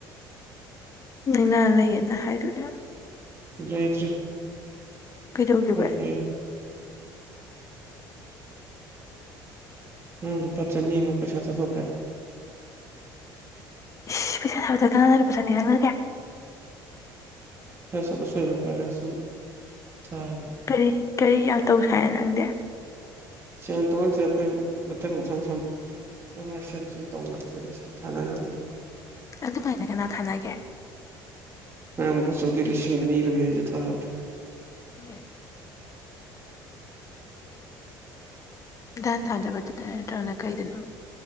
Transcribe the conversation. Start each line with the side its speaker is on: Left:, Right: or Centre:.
Left: ꯅꯅ ꯂꯩꯌꯦꯅ ꯍꯥꯏꯗꯨꯅꯦ
Right: ꯂꯩꯇ꯭ꯔꯤ
Left: ꯀꯩꯗꯧꯒꯤꯕ
Right: ꯐꯁ ꯅꯗꯨ ꯐꯠ ꯆꯅꯤꯃꯨꯛ ꯄꯩꯁꯥꯊꯣꯛꯈ꯭ꯔꯦ
Left: ꯏ ꯄꯩꯁꯥ ꯍꯥꯏꯕ ꯊꯥꯅ ꯑꯗꯨ ꯄꯨꯖꯥꯅꯤꯔꯥꯡꯅꯔꯒꯦ
Right: ꯈꯔ ꯁꯨꯝ ꯑꯁꯣꯏꯕ ꯀꯔꯔ ꯁꯨꯝ ꯊꯥꯕ
Left: ꯀꯔꯤ ꯀꯔꯤ ꯌꯥꯝ ꯇꯧꯁꯥꯏ ꯅꯪꯗꯤ꯫
Right: ꯁꯦꯜ ꯇꯧꯅꯗꯦ ꯑꯩꯈꯣꯏ ꯑꯍꯨꯝ ꯃꯊꯪ ꯃꯊꯪ ꯁꯨꯝ ꯑꯃꯥ ꯁꯦꯟ ꯁꯨꯝ ꯇꯧꯅꯕꯗꯨꯗ꯫ <unintelligible>
Left: ꯑꯗꯨꯃꯥꯏꯅ ꯀꯅꯥ ꯊꯥꯅꯒꯦ꯫
Right: ꯅꯪꯚꯣꯆꯧꯒꯤ ꯂꯤꯁꯤꯡ ꯑꯅꯤ ꯂꯣꯢ ꯍꯥꯏꯁꯦ ꯊꯥꯕꯗ꯫
Left: <inaudible> ꯗꯥꯥꯟ ꯊꯥꯗꯕꯗꯨꯗ ꯅꯠꯇ꯭ꯔꯒꯅ ꯀꯩꯗꯅꯣ